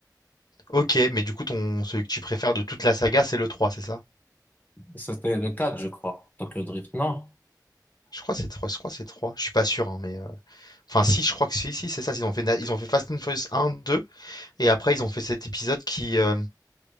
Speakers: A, on the left (about 65°); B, on the left (about 20°).
A: Ok. Mais du coup, ton celui que tu préfères de toute la saga, c'est le 3, c'est ça?
B: C'était le 4 je crois, Tokyo Drift, non?
A: Je crois que c'est 3. Je crois que c'est 3. Je suis pas sûr, hein, mais. Enfin, si, je crois que si, si, c'est ça. Ils ont fait, na- ils ont fait Fast and Furious un, 2, et après, ils ont fait cet épisode qui, euh,